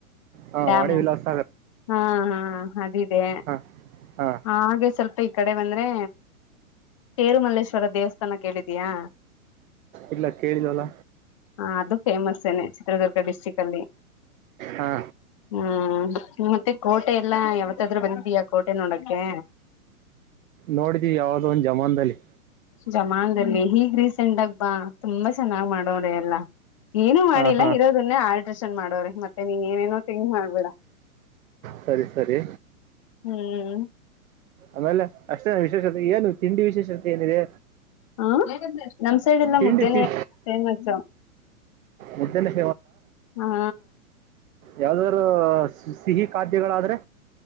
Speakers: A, on the right (about 65°); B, on the left (about 25°).
A: ಹಾ
B: ಡ್ಯಾಮು
A: ವಾಡೆ ವಿಲಾಸ
B: ಹಾ ಹಾ ಅದಿದೆ
A: ಹಾ ಹಾ
B: ಹಾಗೆ ಸ್ವಲ್ಪ ಈ ಕಡೆ ಬಂದ್ರೆ ತೇರುಮಲ್ಲೇಶ್ವರ ದೇವಸ್ಥಾನ ಕೇಳಿದೀಯಾ
A: ಇಲ ಕೇಳಿಲ್ವಾ ಅಲ್ಲ
B: ಹ ಅದು ಫೇಮಸ್ ಏನೆ ಚಿತ್ರದುರ್ಗ ಡಿಸ್ಟ್ರಿಕ್ ಅಲ್ಲಿ
A: ಹಾ
B: ಹ್ಮ್ ಮತ್ತೆ ಕೋಟೆ ಎಲ್ಲಾ ಯಾವತ್ತಾದ್ರು ಬಂದಿದ್ದೀಯಾ ಕೋಟೆ ನೋಡಕ್ಕೆ
A: ನೋಡಿದೀವಿ ಯಾವ್ದೋ ಒಂದ್ ಜಮಾನದಲ್ಲಿ
B: ಜಮಾಾನದಲ್ಲಿ ಹೀಗ್ ರೀಸೆಂಟ್ಗ ಬಾ ತುಂಬಾ ಚೆನ್ನಾಗ್ ಮಾಡೋರೆ ಎಲ್ಲಾ ಏನು ಮಾಡಿಲ್ಲ
A: ಹಾ ಹಾ
B: ಇರೋದನ್ನೇ ಆಲ್ಟ್ರೇಷನ್ ಮಾಡೋರೆ ಮತ್ತೆ ನೀನ್ ಏನೇನೋ ತಿಂಗ್ ಮಾಡ್ಬೇಡ
A: ಸರಿ ಸರಿ
B: ಹ್ಮ್
A: ಆಮೆಲೆ ಅಷ್ಟೇ ವಿಶೇಷತೆ ಏನು ತಿಂಡಿ ವಿಶೇಷತೆ ಏನಿದೆ
B: ಹಾ ನಮ್ ಸೈಡ್ ಎಲ್ಲ
A: ತಿಂಡಿ
B: ಮುದ್ದೆನೆೇ
A: ತಿ
B: ಫೇಮಸ್
A: ಮುದ್ದೆನೇ
B: ಹ್ಮ
A: ಯಾವ್ದಾರ ಸಿಹಿ ಖಾದ್ಯಗಳಾದ್ರೆ